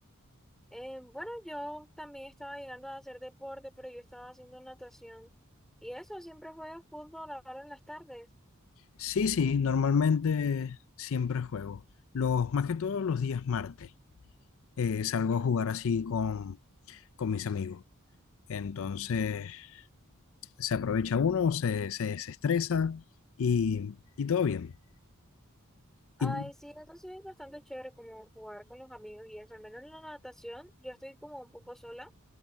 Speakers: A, in the centre; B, on the left (about 65°).
A: Eh, bueno, yo también estaba llegando a hacer deporte, pero yo estaba haciendo natación. Y eso, siempre juego fútbol ahora en las tardes.
B: Sí, sí, normalmente siempre juego. Los, más que todos los días martes eh, salgo a jugar así con, con mis amigos. Entonces se aprovecha uno, se, se, se estresa y, y todo bien.
A: Ay,
B: Y,
A: sí, eso sí es bastante chévere como jugar con los amigos y eso. Al menos en la natación, yo estoy como un poco sola,